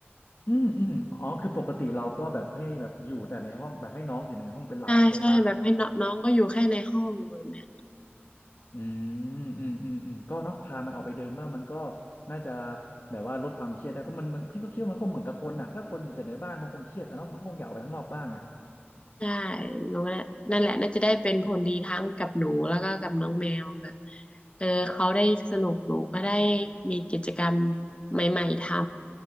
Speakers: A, on the left; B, on the left.
A: อืมอืมอ๋อคือปกติเราก็แบบให้แบบอยู่แต่ในห้องแบบให้น้องอยู่ในห้องเป็นหลักใช่ปะ
B: ใช่ใช่แบบให้น้องน้องก็อยู่แค่ในห้องแบบเนี้ย
A: อืมอืมอืมอืมก็เนาะพามันออกไปเดินบ้างมันก็น่าจะแบบว่าลดความเครียดได้เพราะมันมันพี่ก็คิดว่ามันคงเหมือนกับคนน่ะถ้าคนอยู่แต่ในบ้านมันคงเครียดอะเนาะมันก็คงอยากออกไปข้างนอกบ้างอ่ะ
B: ใช่หนูก็น่ะนั่นแหละน่าจะได้เป็นผลดีทั้งกับหนูแล้วก็กับน้องแมวแบบเออเขาได้สนุกหนูก็ได้มีกิจกรรมใหม่ๆทำ